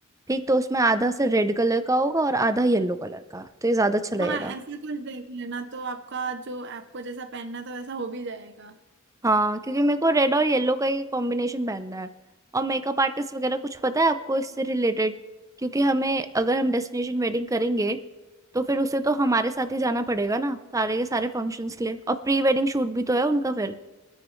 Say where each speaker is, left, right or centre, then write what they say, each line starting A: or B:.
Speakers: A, on the right; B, on the right.
A: ठीक तो उसमें आधा से रेड कलर का होगा और आधा येलो कलर का तो ये ज्यादा अच्छा लगेगा
B: हाँ ऐसा कुछ देख लेना तो आपका जो आपको जैसा पहनना तो वैसा हो भी जाएगा
A: हाँ क्योंकि मेरे को रेड और येलो का ही कॉम्बिनेशन पहनना है और मेकअप आर्टिस्ट वगैरह कुछ पता है आपको इससे रिलेटेड क्योंकि हमें अगर हम डेस्टिनेशन वेडिंग करेंगे तो फिर उसे तो हमारे साथ ही जाना पड़ेगा ना सारे के सारे फंक्शंस के लिए और प्री वेडिंग शूट भी तो है उनका फिर